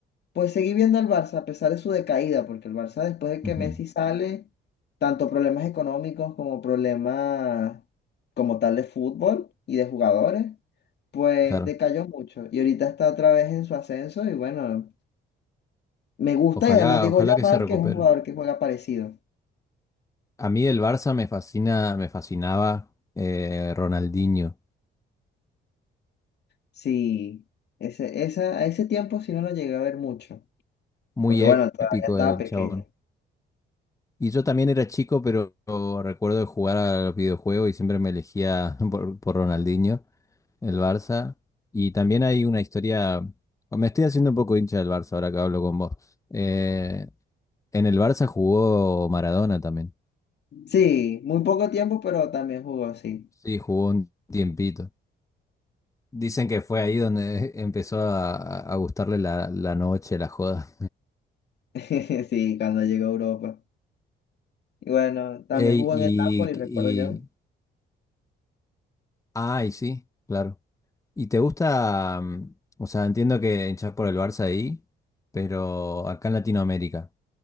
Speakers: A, on the left (about 60°); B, on the left (about 15°).
A: Pues seguí viendo al Barça a pesar de su decaída, porque el Barça después de que
B: Ujú.
A: Messi sale, tanto problemas económicos como problemas como tal de fútbol y de jugadores, pues
B: Claro.
A: decayó mucho. Y ahorita está otra vez en su ascenso y bueno, me gusta
B: Ojalá,
A: y además llegó
B: ojalá
A: Yamal,
B: que se recupere.
A: que es un jugador que juega parecido.
B: A mí del Barça me fascina, me fascinaba eh, Ronaldinho.
A: Sí, ese, esa, a ese tiempo sí no lo llegué a ver mucho,
B: Muy
A: porque bueno,
B: épico
A: todavía estaba
B: el
A: pequeño.
B: chabón. Y yo también era chico, pero recuerdo de jugar a los videojuegos y siempre me elegía <laughs> por, por Ronaldinho, el Barça. Y también hay una historia, me estoy haciendo un poco hincha del Barça ahora que hablo con vos. Eh, en el Barça jugó Maradona también.
A: Sí, muy poco tiempo, pero también jugó, sí.
B: Sí, jugó un tiempito. Dicen que fue ahí donde <laughs> empezó a, a gustarle la, la noche, la joda.
A: <laughs> Sí, cuando llegó a Europa. Y bueno, también
B: Ey,
A: jugó
B: y,
A: en el Napoli, recuerdo
B: y...
A: yo.
B: Ay, sí, claro. ¿Y te gusta, mm, o sea, entiendo que hinchás por el Barça ahí, pero acá en Latinoamérica,